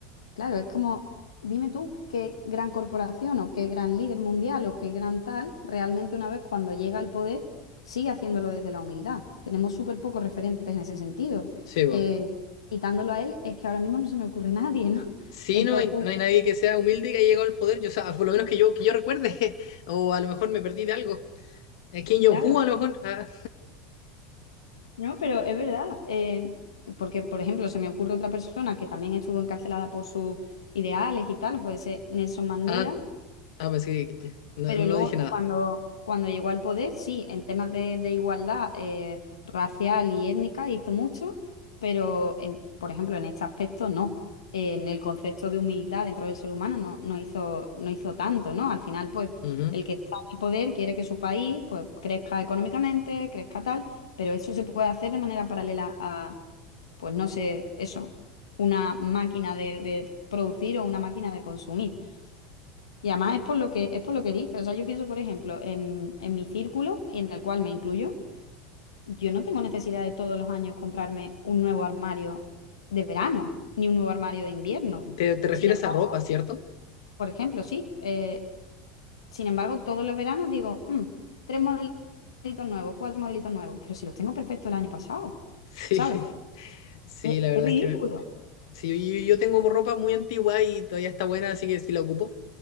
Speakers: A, on the left; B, on the left.
A: Claro, es como, dime tú qué gran corporación o qué gran líder mundial o qué gran tal, realmente una vez cuando llega al poder, sigue haciéndolo desde la humildad. Tenemos súper pocos referentes en ese sentido.
B: Sí, bo.
A: Eh, quitándolo a él, es que ahora mismo no se me ocurre <laughs> nadie, ¿no?
B: Sí,
A: Entonces,
B: no hay, no hay nadie que sea humilde y que haya llegado al poder. Yo, o sea, por lo menos que yo, que yo recuerde, <laughs> o a lo mejor me perdí de algo. Eh, Kim Jong-un,
A: claro,
B: a lo mejor. Ah,
A: no, pero es verdad. eh, porque, por ejemplo, se me ocurre otra persona que también estuvo encarcelada por sus ideales y tal, puede ser Nelson Mandela,
B: ah, Ah, pues sí, dijiste. no,
A: Pero
B: no
A: luego,
B: dije nada.
A: cuando, cuando llegó al poder, sí, en temas de, de igualdad eh, racial y étnica hizo mucho, pero, en- por ejemplo, en este aspecto no. En el concepto de humildad dentro del ser humano no, no hizo, no hizo tanto, ¿no? Al final, pues,
B: Ujú.
A: el que está en el poder quiere que su país, pues, crezca económicamente, crezca tal, pero eso se puede hacer de manera paralela a, pues, no sé, eso, una máquina de, de producir o una máquina de consumir. Y además es por lo que, es por lo que dice. O sea, yo pienso, por ejemplo, en, en mi círculo, en el cual me incluyo, yo no tengo necesidad de todos los años comprarme un nuevo armario de verano, ni un nuevo armario de invierno.
B: ¿Te, te refieres
A: Sin embargo,
B: a ropa, cierto?
A: por ejemplo, sí. eh, sin embargo, todos los veranos digo, "Mm, tres modelitos nuevos, cuatro modelitos nuevos. Pero si los tengo perfectos el año pasado,
B: Sí,
A: ¿sabes?
B: <laughs> sí,
A: Es,
B: la verdad
A: es ridículo.
B: es que me, me- sí, yo, yo tengo ropa muy antigua y todavía está buena, así que sí la ocupo.